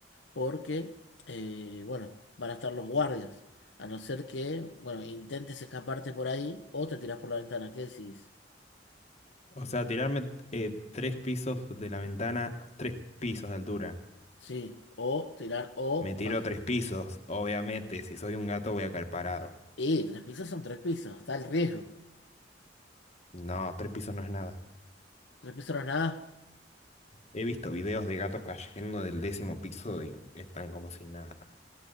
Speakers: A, on the left; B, on the left.
A: porque, eh, bueno, van a estar los guardias. A no ser que, bueno, intentes escaparte por ahí o te tirás por la ventana. ¿Qué decís?
B: O sea, tirarme eh, tres pisos de la ventana, tres pisos de altura.
A: Sí, o tirar o
B: Me tiro
A: baja.
B: tres pisos, obviamente. Si soy un gato voy a caer parado.
A: Y tres pisos son tres pisos, está el riesgo.
B: No, tres pisos no es nada.
A: Tres pisos no es nada.
B: He visto videos de gatos cayendo del décimo piso y están como si nada.